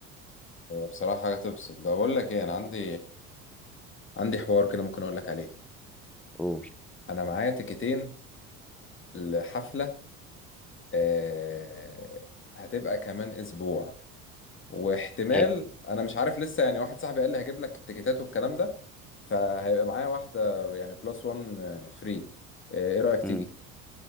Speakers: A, on the left; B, in the centre.
A: هي بصراحة حاجة تبسط بقول لك ايه انا عندي عندي حوار كده ممكن اقول لك عليه
B: قول
A: انا معايا تيكتين لحفلة آه، هتبقى كمان اسبوع واحتمال
B: حلو
A: انا مش عارف لسه يعني واحد صاحبي قال لي هجيب لك التيكتات والكلام ده فهيبقى معايا واحدة يعني بلس وان فري ايه رأيك تيجي
B: مم.